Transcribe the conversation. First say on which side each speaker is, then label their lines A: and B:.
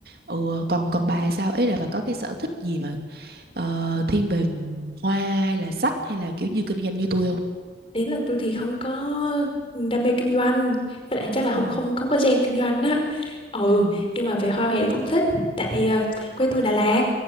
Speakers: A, on the right; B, on the left.
A: ừ, còn còn bà sao ấy là bà có cái sở thích gì mà ờ, thiên về hoa hay là sách hay là kiểu như kinh doanh như tôi không
B: <laughs> Ý là tôi thì không có đam mê kinh doanh, với lại chắc
A: ừ
B: là không
A: ừ
B: không không có gen kinh doanh á. Ừ,
A: ừ
B: nhưng mà về hoa hè thì cũng thích, tại ờ, quê tôi Đà Lạt,